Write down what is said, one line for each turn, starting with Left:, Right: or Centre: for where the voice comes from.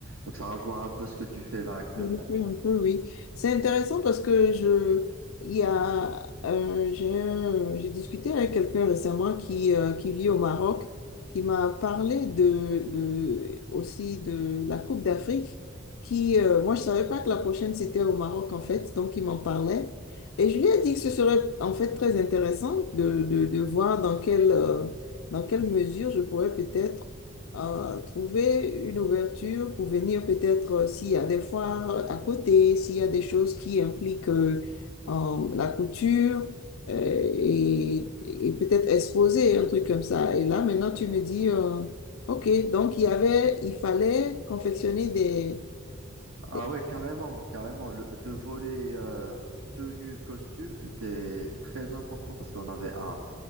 Right: Donc, ça rejoint un peu ce que tu fais là actuellement.
Left: Oui, oui, Un peu, oui. C'est intéressant parce que je, il y a, euh, j'ai, un- j'ai discuté avec quelqu'un récemment qui, euh, qui vit au Maroc, qui m'a parlé de, de, aussi de la Coupe d'Afrique, qui, euh, moi, je savais pas que la prochaine c'était au Maroc, en fait, donc il m'en parlait. Et je lui ai dit que ce serait, en fait, très intéressant de, de, de voir dans quelle, euh, dans quelle mesure je pourrais peut-être euh, trouver une ouverture pour venir peut-être euh, s'il y a des foires euh, à côté, s'il y a des choses qui impliquent euh, euh, la couture euh, et, et peut-être exposer un truc comme ça. Et là, maintenant, tu me dis, euh, OK, donc il y avait, il fallait confectionner des...
Right: Ah
Left: des-
Right: ouais, carrément, carrément. Le, le volet euh, tenue costume était très important parce qu'on avait à